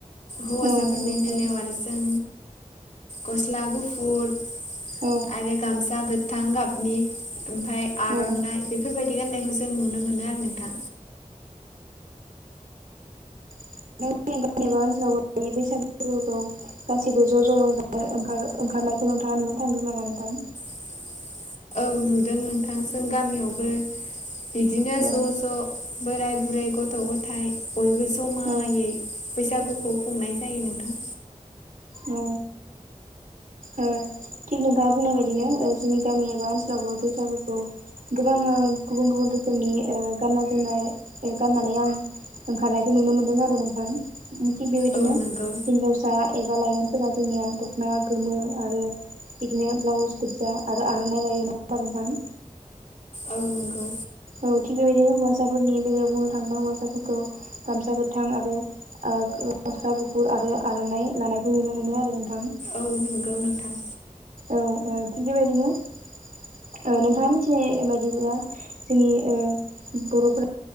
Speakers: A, on the left; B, on the right.
A: हौवासाफोरनि
B: नंगौ नोंथां
A: बेलायाव आरो जों गस्ला गुफुर।
B: औ।
A: आरो गामसा गोथां गाबनि ओमफ्राय आर'नाइ
B: औ
A: बेफोरबायदि। बे गान्नायखौ जों नुनो मोनो आरो नोंथां।
B: <inaudible> जेनबा ओनसोलाव बैसागुफोरखौ गासिबो ज' ज' रजानो ओंखारनायखौ नोंथाङा। नुनो नों थांदों नामा नोंथां।
A: <inaudible> औ नुदों नोंथांजों गामियावबो बिदिनो
B: औ
A: ज' ज' बोराय। बुरै गथ' गथाय बयबो जमायै
B: औ
A: बैसागु। खौ खुंनाय जायो नोंथां।
B: औ। औ थिग नोंथाङा बुंनाय बायदिनो औ जोंनि गामि एबा ओनसोलावबो बैसागुफोरखौ गोबां। औ गुबुन गुबुन रोखोमनि गाननाय जोमनाय गाननानै आं। ओंखारनायखौ नुनो मोनदों आरो नोंथां। उन थिग बेबायदिनो
A: औ नंगौ
B: हिनजावसा एबा लाइमोनफोरा जोंनिया दख'ना। गोमो आरो बिदिनो ब्लाउस बुरजा आरो आर'नाइ लायो नङा होमबा नोंथां।
A: औ नंगौ।
B: औ थिग बेबायदिनो हौवासाफोरनि बेलायाव बुंनो थाङोबा हौवासाफोरखौ गामसा गोथां आ। आरो गसला गुफुर आरो आर'नाइ लानायखौ नुनो मोनो आरो। नोंथां
A: औ नंगौ नोंथां।
B: औ ओ थन्दिबायनो। औ नोंथाङा मिथिनाय बायदिब्ला जोंनि ओ बर'फोरा।